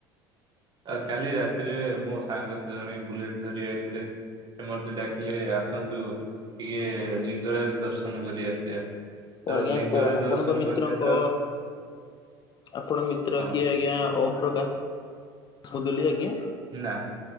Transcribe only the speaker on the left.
ଓ ଆଜ୍ଞା
କ ଆପଣଙ୍କ
ମିତ୍ରଙ୍କ
ଆପଣ ମିତ୍ର
କିଏ ଆଜ୍ଞା ଓମ୍ ପ୍ରକାଶ ମୁଦଲି ଆଜ୍ଞା?